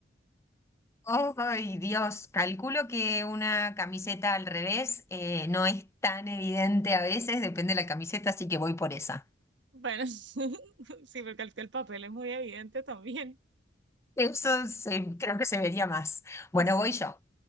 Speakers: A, on the left; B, on the right.
A: Oh, Ay, Dios, calculo que una camiseta al revés eh, no es tan evidente a veces, depende de la camiseta, así que voy por esa.
B: Bueno, <laughs> sí, porque el, el papel es muy evidente también.
A: Eso se- creo que se vería más. Bueno,
B: Sí.
A: voy yo.